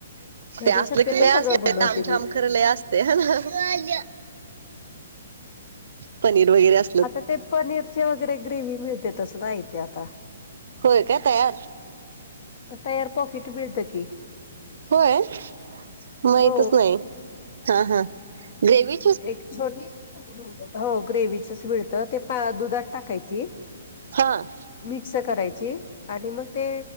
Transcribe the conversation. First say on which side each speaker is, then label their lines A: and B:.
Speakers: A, on the right; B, on the left.
A: ते
B: घरी
A: असलं
B: शक्यतो
A: की लय अस
B: सगळं बनवते
A: - तामछाम
B: मी
A: खर लय असत. हाय ना? पनीर वगैरे अस-
B: आता ते पनीरची वगैरे ग्रेव्ही मिळत- ते तस नाही ते आता.
A: होय काय तयार
B: तयार पॉकेट मिळतं की.
A: होय? माहितच
B: हो
A: नाही. हां. हां. ग्रेव्ही -
B: एक छोटी <unintelligible> हो. ग्रेव्हीचच मिळतं. ते दुधात टाकायची.
A: हां.
B: -क्स करायची आणि मग ते